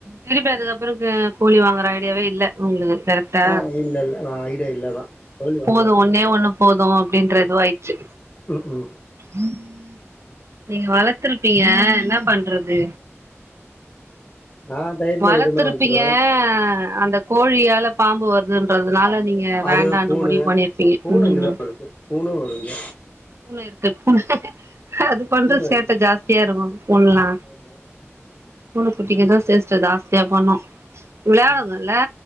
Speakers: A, on the right (about 65°); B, on the left (about 30°).
A: திருப்பி அதுக்கப்பறொ க கோழி வாங்குற ஐடியாவே இல்ல உங்களுக்கு கரெக்டா
B: ஆ இல்ல இல்ல நா ஐடியா இல்லதா கோழி வாங்க
A: போது ஒன்னே ஒண்ணு போது அப்படின்ற இதுவாயிச்சு.
B: ம் ம்
A: <unintelligible> நீங்க வளர்த்துருப்பீங்க என்ன பண்றது
B: நா தைரியமா
A: வளத்துருப்பீங்க
B: எது வேணா வளத்துருவே
A: அந்த கோழியால பாம்பு வருதுன்றதுனால நீங்க
B: அது
A: வேண்டான்னு
B: பூன
A: முடிவு பண்ணிருப்பீங்க
B: பூன
A: ம்
B: இங்கதா இருக்கு பூன வருவீங்க
A: பூன இருக்கு பூன அது பண்ற
B: பூன
A: சேட்ட
B: அதிகமா
A: ஜாஸ்தியா இருக்கு பூனல்லா
B: ஆமா
A: பூன குட்டிங்கதா சேஸ்ட ஜாஸ்தியா பண்ணு விளையாடுங்கல்ல
B: ஆ